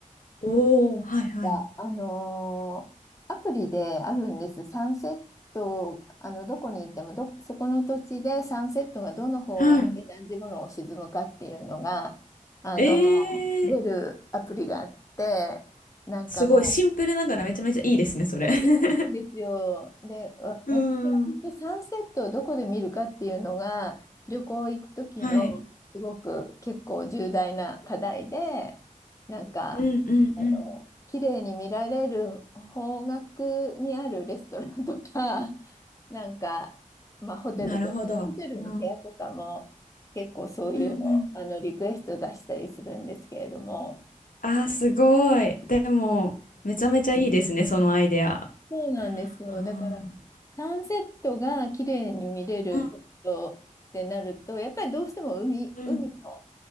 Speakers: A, on the left (about 80°); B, on the left (about 25°).
A: おおー、はいはい。
B: か、あのーアプリであるんです。サンセット、あの、どこに行ってもど、そこの土地でサンセットがどの方角で何時頃沈むかっていうのが、
A: は
B: あのー出るアプリがあって、
A: い。えー、
B: なんかもう、
A: すごいシンプルながらめちゃめちゃいいですね、それ。
B: いい、
A: <laughs>
B: いいんですよ。で、わ、
A: うーん。
B: 私はきっとサンセットをどこで見るかっていうのが、旅行行く時のすごく結構重大な課題で、
A: はい。
B: なんか、
A: うんうんうん。
B: あの、綺麗に見られる方角にあるレストランとか、<laughs> なんか、まあ、ホテルとか、
A: なるほど。
B: ホテルの部屋とかも結構そういうの、
A: うん。うんうん。
B: あの、リクエスト出したりするんですけれども、
A: あー、すごい。でも、めちゃめちゃいいですね、そのアイデア。
B: そうなんですよ。
A: あー
B: だから、サンセットが綺麗に見れるところってなると、
A: う
B: やっぱりどうしても海、
A: ん
B: 海の、